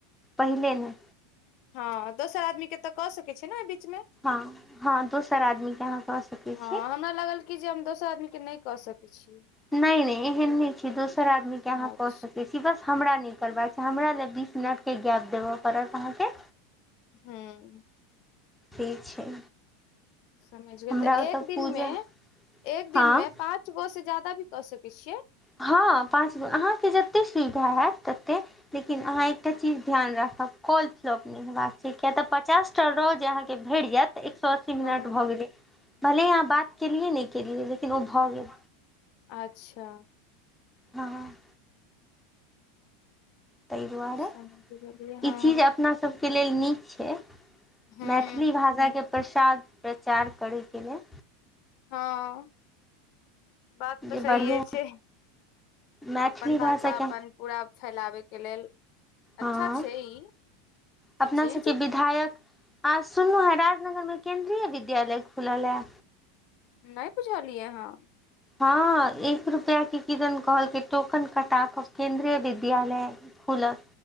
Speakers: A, in the centre; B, on the left.
A: पहिले ने
B: हँ दोसर आदमी के तऽ कऽ सकैत छै ने बीच मे
A: हँ हँ दोसर आदमी के अहाँ क सकै
B: हँ
A: छीये
B: हमरा लागल की जे हम दोसर आदमीके नहि कऽ सकैत छीयै
A: नहि नहि एहन नहि छै दोसर आदमी के अहाँ
B: अच्छा
A: कऽ सकैत छी कि बस हमरा नहि करबाक छैह हमरा लए बीस मिनट केँ गैप देबे पड़त अहाँ केँ
B: हँ
A: ठीक छै
B: समझ गेल
A: हमरा
B: तऽ
A: ओतय
B: एक दिनमे
A: पूजा
B: एक
A: हँ
B: दिनमे पाँच गो से जादा भी कऽ सकै छियै
A: हँ पासबुक अहाँ केँ जतेक सुविधा हैत ततेक लेकिन अहाँ एकटा चीज ध्यान राखब कॉल <unintelligible> नहि हेबाक छै किए तऽ पचास टा रोज अहाँ केँ भेट जायत सए अस्सी मिनट
B: हँ
A: भऽ गेलै भले अहाँ बात केलियै नहि केलियै लेकिन ओ भऽ गेल
B: अच्छा
A: हँ ताहि दुआरे
B: समझि गेलियै हँ
A: ई चीज अपना सब के लेल नीक छै
B: हँ
A: मैथिली
B: हूँ
A: भाषाके प्रसाद प्रचार करैके लेल
B: हँ बात
A: जे
B: तऽ
A: बढ़िआँ
B: सहिए छै
A: मैथिली
B: अपन
A: भाषाके
B: भाषा अपन पूरा फैलावै के लेल
A: हँ
B: अच्छा छै ई
A: अपना
B: ई चीज
A: सबके विधायक आ सुनलहु है राजनगर में केंन्द्रीय विद्यालय खुलल है
B: नहि बुझलियै हाँ
A: हँ एक रुपआ के किदन कहलकै टोकन कटा कब केन्द्रीय विद्यालय खुला